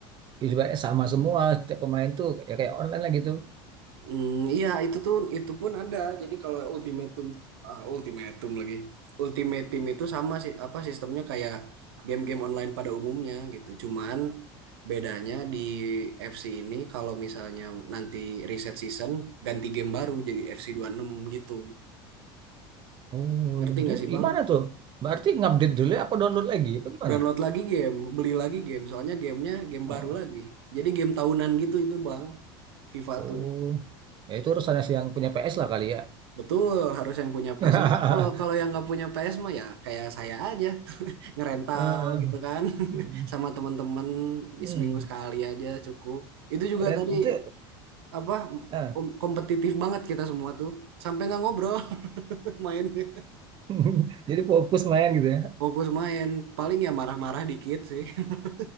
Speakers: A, on the right; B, on the right.
A: ibaratnya sama semua setiap pemain tuh ya kayak online lah gitu.
B: Hmm, iya itu tuh itu pun ada. Jadi kalau ultimatum ah, ultimatum lagi. Ultimatum itu sama sih apa sistemnya kayak game-game online pada umumnya gitu. Cuman bedanya di FC ini kalau misalnya nanti reset season ganti game baru jadi FC enam gitu.
A: Oh,
B: Ngerti nggak
A: jadi
B: sih Bang?
A: gimana tuh? Berarti ngupdate dulu ya, apa download lagi? Apa gimana?
B: Download lagi game, beli lagi game. Soalnya gamenya game baru
A: Oh,
B: lagi. Jadi game tahunan gitu itu Bang. FIFA
A: oh,
B: tuh.
A: ya itu urusannya si yang punya PS lah kali ya.
B: Betul, harus yang punya PS.
A: <laughs>
B: Ya, kalau kalau yang nggak punya PS mah ya kayak saya aja, <laughs> ngerental
A: Eh,
B: gitu kan. <laughs>
A: hmm,
B: Sama temen-temen
A: hmm.
B: di seminggu sekali aja cukup. Itu juga
A: Keren.
B: tadi
A: Itu,
B: apa
A: ah.
B: kom- kompetitif banget kita semua tuh. Sampai nggak ngobrol <laughs> mainnya.
A: <laughs> Jadi fokus main gitu ya. <clears throat>
B: Fokus main, paling ya marah-marah dikit sih. <laughs>